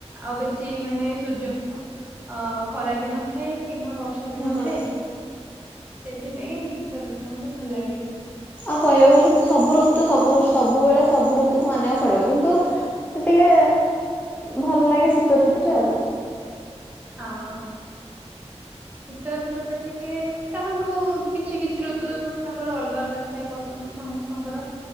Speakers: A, on the right (about 15°); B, on the left (about 15°).
A: ଆଉ ବେଶୀ ମାନେ ସୂର୍ଯ୍ୟଙ୍କ ଅ ଖରା ବି ନଥାଏ କିମ୍ବା ବର୍ଷା ବି
B: ହୁଁ
A: ନଥାଏ। ସେଥିପାଇଁ ସିତ ଋତୁଟା ମତେ ଭଲ ଲାଗେ।
B: ଆଉ କହିବାକୁ ଗଲେ ସବୁ ଋତୁ ସବୁ ସବୁବେଳେ ସବୁ ଋତୁକୁ ମାନିବାକୁ ପଡିବ କିନ୍ତୁ ଟିକେ ଭଲ ଲାଗେ ଶୀତଋତଟା ଆଉ।
A: ହଁ। ଶୀତ ଋତୁ ଟା ଟିକେ କାହାଙ୍କୁ କିଛି କିଛି ଋତୁ ତାଙ୍କର ଅଲଗା ଅଲଗା ଥାଏ ପସନ୍ଦ ସମସ୍ତ ଙ୍କର